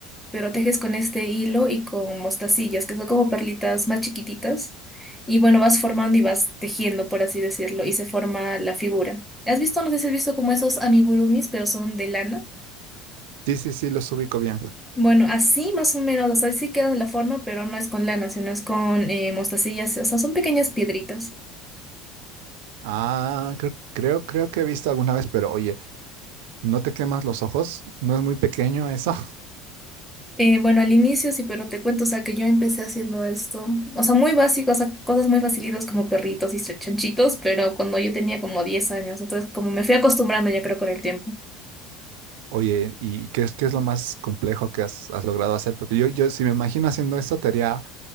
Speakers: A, in the centre; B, on the right (about 80°).
A: pero tejes con este hilo y con mostacillas, que son como perlitas más chiquititas, y bueno, vas formando y vas tejiendo, por así decirlo, y se forma la figura. ¿Has visto? No sé si has visto como esos amigurumis, pero son de lana.
B: Sí, sí, sí, los ubico bien.
A: Bueno, así más o menos, o sea, sí queda la forma, pero no es con lana, sino es con eh, mostacillas, o sea, son pequeñas piedritas.
B: Ah, creo, creo, creo que he visto alguna vez, pero oye, ¿no te quemas los ojos? ¿No es muy pequeño eso?
A: Eh, bueno, al inicio sí, pero te cuento, o sea, que yo empecé haciendo esto, o sea, muy básico, o sea, cosas muy facilitas como perritos y ch- chanchitos, pero cuando yo tenía como 10 años, entonces como me fui acostumbrando ya creo con el tiempo.
B: Oye, ¿y qué es, qué es lo más complejo que has, has logrado hacer? Porque yo, yo, si me imagino haciendo esto, te haría,